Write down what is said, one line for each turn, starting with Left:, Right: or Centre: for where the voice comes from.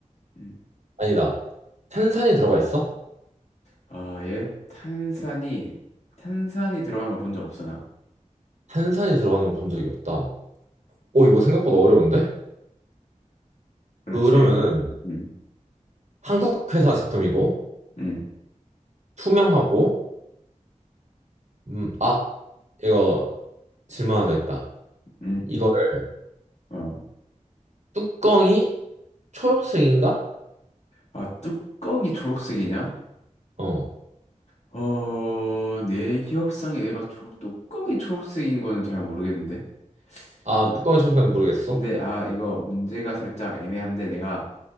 Left: 음.
Right: 아니다. 탄산이 들어가 있어?
Left: 아, 얘 탄산이 탄산이 들어간 거 본 적 없어 나.
Right: 탄산이 들어가는 건 본 적이 없다. 오, 이거 생각보다 어려운데?
Left: 그렇지?
Right: 그러면은
Left: 음.
Right: 한국 회사 제품이고
Left: 음.
Right: 투명하고 음, 아, 이거 질문 하나 더 있다.
Left: 음.
Right: 이거를
Left: 어.
Right: 뚜껑이 초록색인가?
Left: 아, 뚜껑이 초록색이냐?
Right: 어.
Left: 어, 내 기억상에 얘가 초록 뚜껑이 초록색인 거는 잘 모르겠는데.
Right: 아,
Left: 근-
Right: 뚜껑이 청소는 모르겠어?
Left: 근데 아 이거 문제가 살짝 애매한데 내가